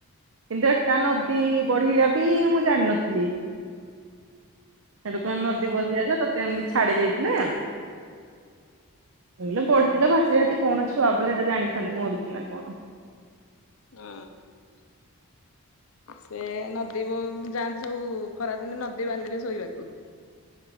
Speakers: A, on the right; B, on the left.
A: କିନ୍ତୁ ଏଟା ନଦୀ ବଢେଇ ବି ମୁଁ ଜାଣିିନଥିଲି। ହେଟୁ କଣ
B: ହୁଁ
A: ସେ ବସିକି ଆଇଲା, ତତେ ଏମିତି ଛାଡି ଦେଇିଛି। ହେଲା, ହେଲା ପଢିଥିଲା ଭାସି ଭାସି, କଣ ଛୁଆ ବୋଲି ଏଇଟା ଜାଣିଥାନ୍ତି, ମାରୁଛି ନା କଣ?
B: ହଁ ସେ ନଦୀ ବ ଯାଆନ୍ତି ସବୁ, ଖରାଦିନେ ନଦୀ ବାଲିରେ ଶୋଇବାକୁ।